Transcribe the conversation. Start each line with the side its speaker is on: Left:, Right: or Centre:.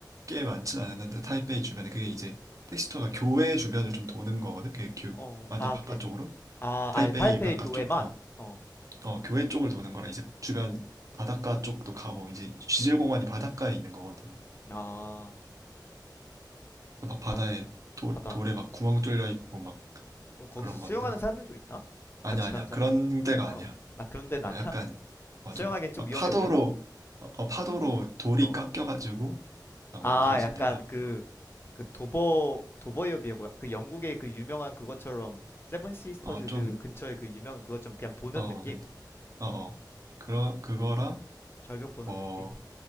Right: 게 많진 않았는데 타이베이 주변에 그게 이제 택시 투어가 교외 주변을 좀 도는 거거든 그게 교,
Left: 어,
Right: 완전
Left: 아,
Right: 바깥쪽으로
Left: 그냥 아,
Right: 타이베이
Left: 아예 타이페이
Right: 바깥쪽
Left: 교회만?
Right: 어.
Left: 어,
Right: 어, 교회 쪽을 도는 거라 이제 주변 바닷가
Left: 음,
Right: 쪽도 가고 이제 지질공원이 바닷가에 있는 거거든.
Left: 아,
Right: 막 바다에
Left: 바다,
Right: 돌,
Left: 바다.
Right: 돌에 막 구멍 뚫려 있고 막
Left: 그럼 거기서
Right: 그런
Left: 수영하는
Right: 건데.
Left: 사람들도 있나?
Right: 아니야,
Left: 같이
Right: 아니야.
Left: 간 사람,
Right: 그런 데가 아니야.
Left: 어, 아, 그런 데는
Right: 어,
Left: 아니야?
Right: 약간
Left: <laughs>
Right: 어,
Left: 수영하기엔
Right: 좀
Left: 좀
Right: 막
Left: 위험해
Right: 파도로
Left: 보여?
Right: 어, 어, 파도로 돌이
Left: 어,
Right: 깎여가지고 막
Left: 아,
Right: 만들어진
Left: 약간
Right: 데라.
Left: 그,
Right: 어,
Left: 그 도버, 도버협이고요. 그 영국의 그 유명한 그것처럼, 세븐 시스터즈
Right: 어, 좀
Left: 그 근처에 그 유명한 그것처럼 그냥 보는
Right: 어,
Left: 느낌?
Right: 근데 어, 어. 그러 그거랑
Left: 절벽 보는
Right: 뭐
Left: 느낌?